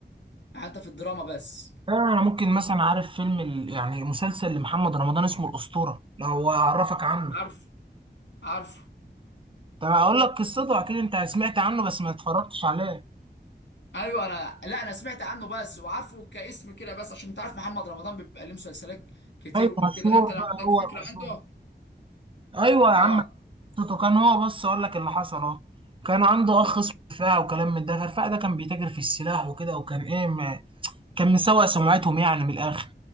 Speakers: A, on the left; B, on the right.
A: يعني انت في الدراما بس
B: آه أنا ممكن مثلا عارف فيلم ال... يعني مسلسل لمحمد رمضان اسمه الأسطورة لو أعرفك عنه
A: عارف عارف
B: طب هقول لك قصته اكيد انت سمعت عنه بس ما اتفرجتش عليه
A: ايوه انا لا انا سمعت عنه بس وعارفه كاسم كده بس عشان انت عارف محمد رمضان بيبقى ليه مسلسلات كتير
B: ايوه
A: وكده
B: مشهور
A: لا انت
B: بقى
A: لو عندك
B: هو
A: فكره
B: مشهور
A: عنده
B: ايوه يا
A: اه
B: عم قصته كان هو بص اقول لك اللي حصل اهو كان عنده اخ
A: طب
B: اسمه
A: ما-
B: رفاعي وكلام من ده رفاعي ده كان بيتاجر في السلاح وكده وكان ايه ما كان مسوق سمعتهم يعني من الاخر